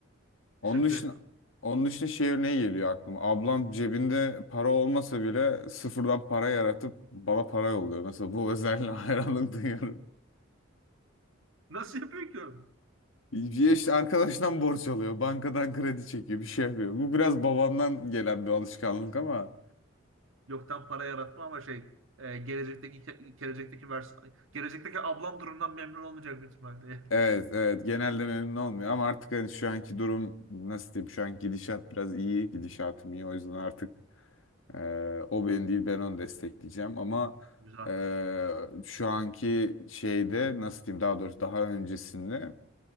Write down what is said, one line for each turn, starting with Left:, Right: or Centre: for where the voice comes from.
Left: onun
Right: Teşekkür
Left: dışında
Right: ettim.
Left: onun dışında şey örneği geliyor aklıma. Ablam cebinde para olmasa bile sıfırdan para yaratıp bana para yolluyor. Mesela bu özelliğe <laughs> hayranlık duyuyorum.
Right: <laughs> Nasıl yapıyor ki oğlum?
Left: Bir işte arkadaştan borç alıyor, bankadan kredi çekiyor, bir şey yapıyor. Bu biraz babamdan gelen bir alışkanlık ama
Right: Yoktan para yaratma ama şey e, gelecekteki ke- gelecekteki vers gelecekteki ablam durumdan memnun olmayacak büyük ihtimalle. yani.
Left: Evet, evet. Genelde memnun olmuyor ama artık hani şu anki durum nasıl diyeyim? Şu an gidişat biraz iyi, gidişatım iyi. O yüzden artık e, o benim değil ben onu destekleyeceğim ama
Right: <laughs> Güzel.
Left: e, şu anki şeyde nasıl diyeyim? Daha doğrusu daha öncesinde